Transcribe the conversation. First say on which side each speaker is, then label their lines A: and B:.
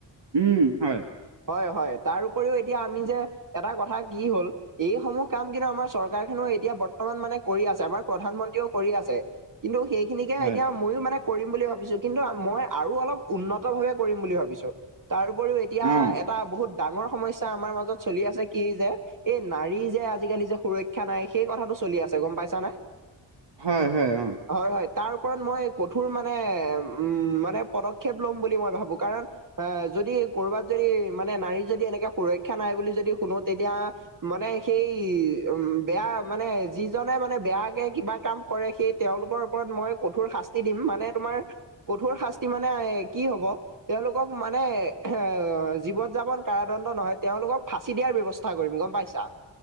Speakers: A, on the right; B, on the right.
A: উম, হয়,
B: হয় হয়, তাৰ উপৰিও এতিয়া আমি যে, এটা কথা কি হ'ল এইসমূহ কাম কিন্তু আমাৰ চৰকাৰ খনেও এতিয়া বৰ্তমান মানে কৰি আছে, আমাৰ প্ৰধানমন্ত্ৰীও কৰি আছে। কিন্তু সেইখিনিকে
A: হয়
B: এতিয়া মইয়ো মানে কৰিম বুলি ভাবিছো কিন্তু মই আৰু অলপ উন্নত ভাৱে কৰিম বুলি ভাবিছো তাৰ উপৰিও এতিয়া
A: অ
B: এটা বহুত ডাঙৰ সমস্যা আমাৰ মাজত চলি আছে কি যে, এই নাৰী যে আজিকালি যে সুৰক্ষা নাই সেই কথাটো চলি আছে, গম পাইছা নে?
A: হয়, হয়, অ,
B: হয় হয়, তাৰ ওপৰত মই কঠোৰ মানে, উম, মানে পদক্ষেপ ল'ম বুলি মই ভাবো কাৰণ এ যদি ক'ৰবাত যদি মানে নাৰীৰ যদি এনেকে সুৰক্ষা নাই বুলি যদি শুনো তেতিয়া মানে সেই উম, বেয়া মানে যিজনে মানে বেয়াকে কিবা কাম কৰে সেই তেওঁলোকৰ ওপৰত মই কঠোৰ শাস্তি দিম মানে তোমাৰ কঠোঁৰ শাস্তি মানে কি হব তেওঁলোকক মানে এ জীৱন যাপন কাৰাদণ্ড নহয়, তেওঁওলোকক ফাঁচি দিয়াৰ ব্যৱস্থা কৰিম গম পাইছ <unintelligible>